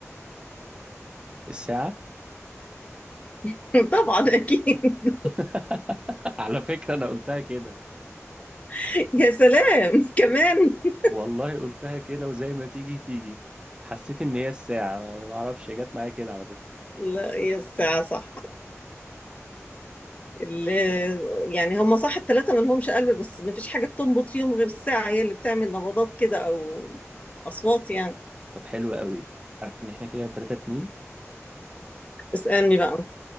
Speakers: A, on the right; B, on the left.
A: الساعة
B: <laughs> طبعا أكيد
A: <laughs> على فكرة أنا قلتها كده
B: <laughs> يا سلام كمان <laughs>
A: والله قلتها كده وزي ما تيجي تيجي حسيت إن هي الساعة يعني ما أعرفش جت معايا كده على فكرة
B: لا هي الساعة صح ال- يعني هم صح الثلاثة ما لهمش قلب بس ما فيش حاجة بتنبض فيهم غير الساعة هي اللي بتعمل نبضات كده أو أصوات يعني
A: طب حلو قوي عارف إن إحنا كده 3 2
B: اسألني بقى أنت